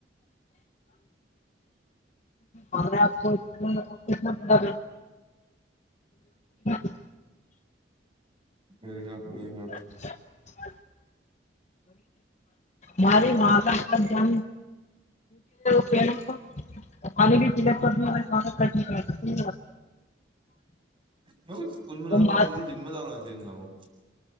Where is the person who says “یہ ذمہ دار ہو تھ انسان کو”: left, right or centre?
Right